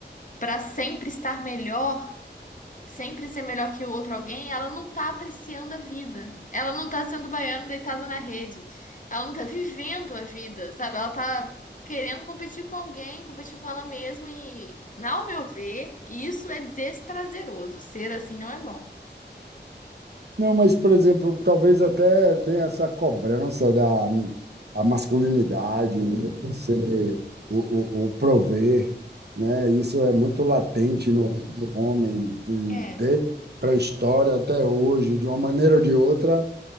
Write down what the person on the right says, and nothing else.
Não, mas, por exemplo, talvez até tenha essa cobrança da a masculinidade, né? Você, o, o, o prover, né? Isso é muito latente no, no homem, de,
de pré-história até hoje, de uma maneira ou de outra,